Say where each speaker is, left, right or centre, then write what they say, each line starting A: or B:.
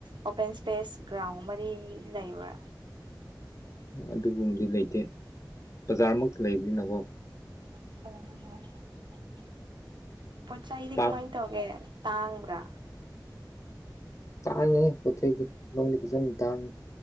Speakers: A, on the right; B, on the left.
A: ꯑꯣꯄꯦꯟ ꯁꯄꯦꯁ ꯒ꯭ꯔꯥꯎꯟꯒꯨꯝꯕꯗꯤ ꯂꯩꯕ꯭ꯔꯥ
B: ꯑꯗꯨꯒꯨꯝꯕꯗꯤ ꯂꯩꯇꯦ ꯕꯖꯥꯔꯃꯛꯇ ꯂꯩꯕꯅꯤꯅꯀꯣ
A: <unintelligible> ꯄꯣꯠ ꯆꯩꯗꯤ
B: ꯄꯥꯛ
A: ꯀꯃꯥꯏꯅ ꯇꯧꯔꯒꯦ ꯇꯥꯡꯕ꯭ꯔꯥ
B: ꯇꯥꯡꯉꯤꯍꯦ ꯄꯣꯠ ꯆꯩꯗꯤ ꯁꯤꯂꯣꯡꯗꯤ ꯐꯖꯅ ꯇꯥꯡꯏ